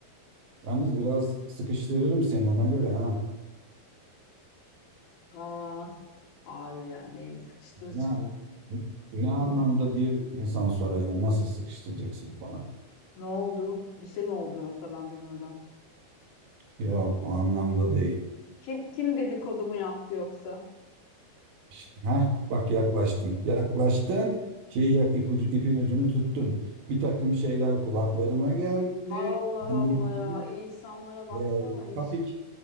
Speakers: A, on the right; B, on the left.
A: Yalnız biraz sıkıştırırım seni ona göre ha.
B: Aa, abi yani neyini sıkıştıracağım.
A: Ne, ne anlamda diye insan sorar yani nasıl sıkıştıracaksın falan.
B: Ne oldu? Bir şey mi oldu yoksa ben bilmeden?
A: Yok o anlamda değil.
B: Kim, kim dedikodumu yaptı yoksa?
A: İşte, ha bak yaklaştın. Yaklaştın. Şeyi yak, ipucu- ipin ucunu tuttun. Bir takım şeyler kulaklarıma geldi.
B: Allah
A: Seninle
B: Allah
A: ilgili
B: ya insanlara baksana
A: e,
B: hiç.
A: topic